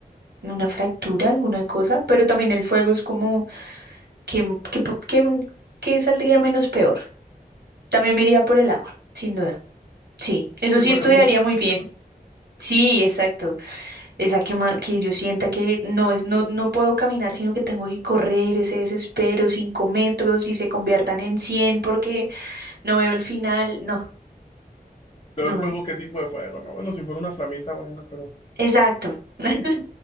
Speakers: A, on the right; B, on the left.
A: ¿Una fractura, alguna cosa? Pero también el fuego es como, ¿qué, qué, po- qué- qué saldría menos peor? También me iría por el agua, sin duda. Sí, eso
B: sí, el,
A: sí
B: fue-
A: estudiaría
B: el fuego te
A: muy bien.
B: quema.
A: Sí, exacto. Esa que, ma- que yo sienta que no es, no, no puedo caminar, sino que tengo que correr ese desespero, cinco metros y se conviertan en cien porque no veo el final. No.
B: Pero
A: No,
B: el fuego, ¿qué tipo de fuego? No, bueno, si fuera una flamita, bueno, pero
A: Exacto, <laughs>